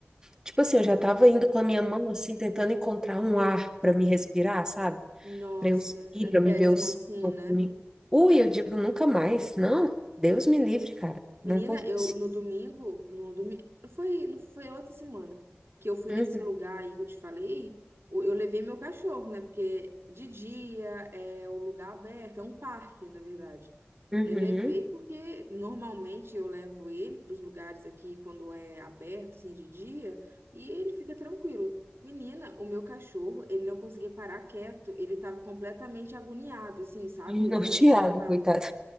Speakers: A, on the right (about 15°); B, on the right (about 75°).
A: Tipo assim, eu já tava indo com a minha mão, assim, tentando encontrar um ar para me respirar, sabe?
B: Nossa,
A: Para eu seguir,
B: é péssimo
A: para me ver os.
B: assim,
A: pra
B: né?
A: me- Ui, eu digo, nunca mais. Não, Deus me livre, cara.
B: Menina,
A: Não consigo.
B: eu no domingo, no domingo, foi, não foi outra semana que eu fui
A: Uhum,
B: nesse lugar aí que eu te falei, o- eu levei meu cachorro, né? Porque de dia é o lugar aberto, é um parque, na verdade.
A: uhum.
B: Eu levei porque normalmente eu levo ele para os lugares aqui quando é aberto, assim, de dia, e ele fica tranquilo. Menina, o meu cachorro, ele não conseguia parar quieto, ele estava completamente agoniado, assim, sabe?
A: Desnorteado,
B: Da, de tá
A: coitado.